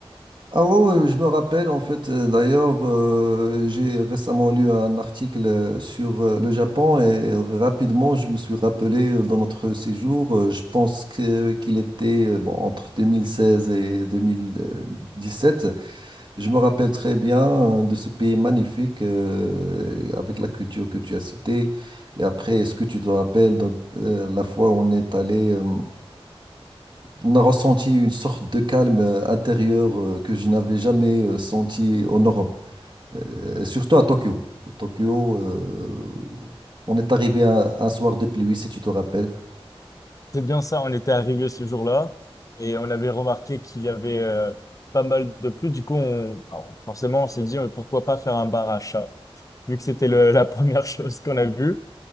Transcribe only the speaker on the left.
C'est bien ça, on était arrivé ce jour-là et on avait remarqué qu'il y avait euh, pas mal de pluie. Du coup, on- alors, forcément, on s'est dit euh, pourquoi pas faire un bar à chat, vu que c'était le- la <laughs> première chose qu'on a vue.